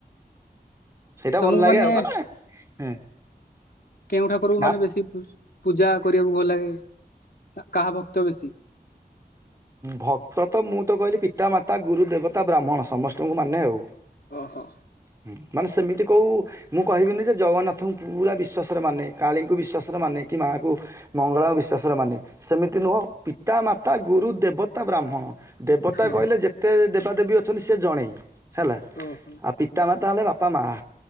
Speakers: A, on the right; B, on the left.
A: ସେଇଟା
B: ତମକୁ
A: ଭଲ ଲାଗେ
B: ମାନେ
A: ଆଉ।
B: କେଉଁ
A: ମାନେ ହୁଁ।
B: ଠାକୁରକୁ
A: ନା
B: ମାନେ ବେଶୀ ପୂ-ପୂଜା କରିବାକୁ ଭଲ ଲାଗେ। କାହା ଭକ୍ତ ବେଶୀ?
A: ଭକ୍ତ ତ ମୁଁ ତ କହିଲି ପିତା, ମାତା, ଗୁରୁ, ଦେବତା, ବ୍ରାହ୍ମଣ ସମସ୍ତଙ୍କୁ ମାନେ ଆଉ।
B: ଓହୋ
A: ହୁଁ ମାନେ ସେମି ତି କୋଉ ମୁଁ କହିବିନି ଯେ ଜଗନ୍ନାଥଙ୍କୁ ପୁରା ବିଶ୍ୱାସରେ ମାନେ, କାଳୀଙ୍କୁ ବିଶ୍ୱାସରେ ମାନେ କି ମାଆକୁ ମଙ୍ଗଳା ଓ ବିଶ୍ୱାସରେ ମାନେ, ସେମିତି ନୁହଁ ପିତା, ମାତା, ଗୁରୁ ଦେବତା, ବ୍ରାହ୍ମଣ। ଦେବତା
B: ଓହୋ
A: କହିଲେ ଯେତେ ଦେବାଦେବୀ ଅଛନ୍ତି ସେ ଜଣେଇ ହେଲା।
B: ଓହୋ
A: ଆଉ ପିତା, ମାତା ହେଲେ ବାପା, ମାଆ